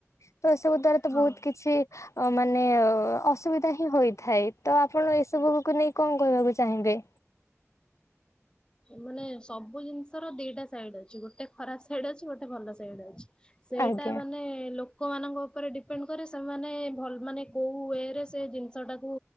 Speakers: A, on the left; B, on the left.
A: ତ ଏସବୁ ଦ୍ଵାରା ତ
B: ହଁ।
A: ବହୁତ କିଛି ଅ ମାନେ ଅସୁବିଧା ହିଁ ହୋଇ। ଥାଏ ତ ଆପଣ ଏସବୁକୁ ନେଇ କଣ କହିବାକୁ ଚାହିଁବେ?
B: ମାନେ ସବୁ ଜିନିଷ ର ଦିଟା ସାଇଡ ଅଛି ଗୋଟେ ଖରାପ ସାଇଡ ଅଛି ଗୋଟେ ଭଲ ସାଇଡ ଅଛି। ସେଇଟା
A: ଆଜ୍ଞା
B: ମାନେ ଲୋକମାନଙ୍କ ଉପରେ ଡିପେଣ୍ଡ କରେ ସେମାନେ ଭଲ ମାନେ କୋଉ ୱରେ ସେ ଜିନିଷ ଟାକୁ